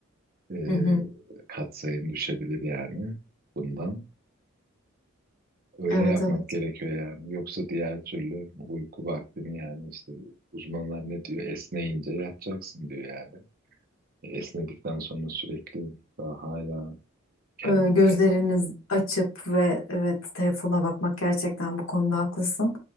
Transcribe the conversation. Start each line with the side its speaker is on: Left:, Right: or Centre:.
Right: e,
Left: Hı hı.
Right: katsayım düşebilir yani bundan. Öyle
Left: Evet
Right: yapmak
Left: evet.
Right: gerekiyor yani. Yoksa diğer türlü uyku vaktini yani işte uzmanlar ne diyor? Esneyince yatacaksın diyor yani. E, Esnedikten sonra sürekli daha hala kendini
Left: Ee, gözleriniz
Right: kasar.
Left: açıp ve evet telefona bakmak gerçekten bu konuda haklısın.